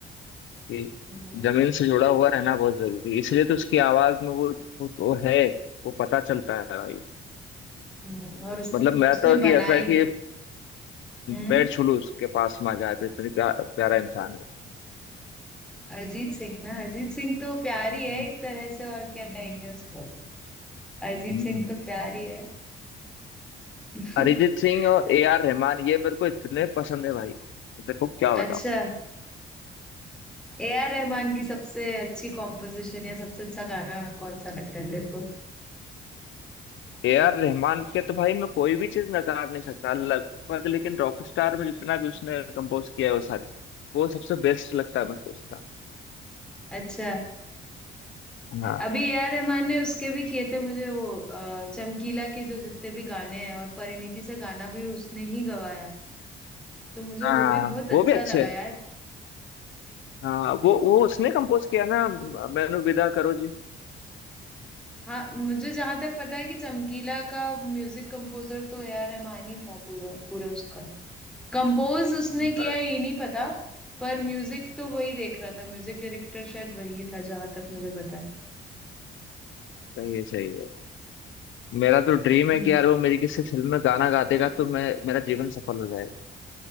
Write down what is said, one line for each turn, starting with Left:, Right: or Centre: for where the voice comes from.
Left: है कि
Centre: हम्म,
Left: जमीन से जुड़ा हुआ रहना बहुत जरूरी है इसलिए तो उसकी आवाज में वो, वो, वो है वो पता चलता है भाई
Centre: हम्म, और उसने
Left: मतलब मैं
Centre: उसने
Left: तो कि
Centre: बनाई
Left: ऐसा है कि
Centre: है हम्म
Left: पैर छू लूं उसके पास में आ जाए तो इतनी प्या, प्यारा इंसान है वो
Centre: अरिजीत सिंह ना अरिजीत सिंह तो प्यारी है
Left: हम्म।
Centre: एक तरह से और क्या कहेंगे उसको अरिजीत
Left: हम्म
Centre: सिंह तो प्यारी है <laughs>
Left: अरिजीत सिंह और ए आर रहमान ये मेरे को इतने पसंद है भाई तो तेरे को क्या
Centre: अच्छा
Left: बताओ
Centre: ए आर रहमान की सबसे अच्छी कॉम्पोजिशन या सबसे अच्छा गाना कौन सा लगता है तेरे को
Left: ए आर रहमान के तो भाई मैं कोई भी चीज नकार नहीं सकता लगभग लेकिन रॉक स्टार में जितना भी उसने कंपोज किया है वो सारी वो सबसे बेस्ट लगता है मेरे को उसका
Centre: अच्छा
Left: हाँ
Centre: अभी ए आर रहमान ने उसके भी किए थे मुझे वो अ, चमकीला के जो जितने भी गाने हैं और परिणीति से गाना भी उसने ही गवाया तो मुझे
Left: हाँ
Centre: वो भी बहुत अच्छा
Left: वो भी अच्छे
Centre: लगा
Left: हैं
Centre: यार
Left: हाँ वो वो उसने कंपोज किया ना म- मैनू विदा करो जी
Centre: हाँ मुझे जहां तक पता है कि चमकीला का म्यूजिक कंपोजर तो ए आर रहमान ही था पूरा पूरा उसका कंपोज उसने
Left: हम्म।
Centre: किया
Left: हाँ,
Centre: है ये नहीं पता पर म्यूजिक तो वही देख रहा था म्यूजिक डायरेक्टर शायद वही था जहां तक मुझे पता है
Left: सही है सही है मेरा तो ड्रीम
Centre: हम्म।
Left: है कि यार वो मेरी किसी फिल्म में गाना गा देगा तो मैं मेरा जीवन सफल हो जाएगा